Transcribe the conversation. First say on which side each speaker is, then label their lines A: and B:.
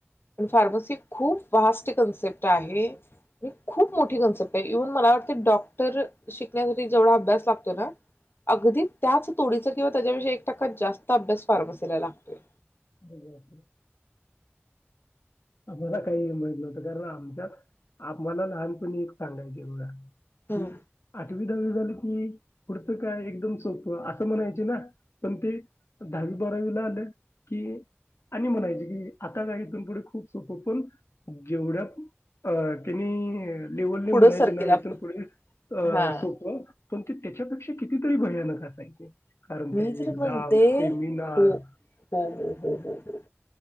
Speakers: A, on the left; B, on the left.
A: पण फार्मसी खूप व्हास्ट कन्सेप्ट आहे आणी खूप मोठी कन्सेप्ट आहे. इव्हन मला वाटतंय डॉक्टर शिकण्यासाठी जेवढा अभ्यास लागतो ना अगदी त्याच तोडीचा किंवा त्याच्यापेक्षा एक टक्का जास्त अभ्यास फार्मसीला लागतोय.
B: <unintelligible> आम्हाला काही माहित नव्हतं, कारण आमच्यात आम्हाला लहानपणी एक सांगायचे बघा
A: हम्म.
B: की आठ आठवी, दहावी झाली की पुढच काय एकदम सोप अस म्हणायचे ना. पण ते दहावी, बारावीला आलं की आणि म्हणायचे की आता काय इथून पुढे खूप सोपं. पण जेवढ्यात अ तेनी लेवलने
A: पुढं
B: म्हणायचे
A: सरकेल
B: ना इथून
A: आपण
B: पुढे अ
A: हा
B: सोप पण ते त्याच्यापेक्षा कितीतरी भयानक असायचे. कारण
A: मी
B: त्या
A: जर
B: एक्झाम
A: म्हणते
B: सेमिनार
A: हो, हो, हो, हो, हो, हो, हो.